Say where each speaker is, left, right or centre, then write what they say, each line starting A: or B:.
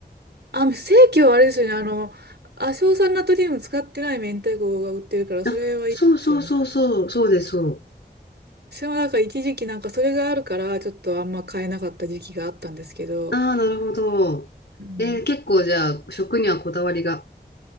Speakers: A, on the right; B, on the left.
A: あ、正規はあれですよね。あの、亜硝酸ナトリウム使ってない明太子が売ってるから、
B: あ、
A: それはいいですよね。
B: そうそうそうそう、そうです、そう。
A: 私もなんか一時期なんかそれがあるから、ちょっとあんま買えなかった時期があったんですけど。
B: ああ、なるほど。
A: うん。
B: えー結構じゃあ食にはこだわりが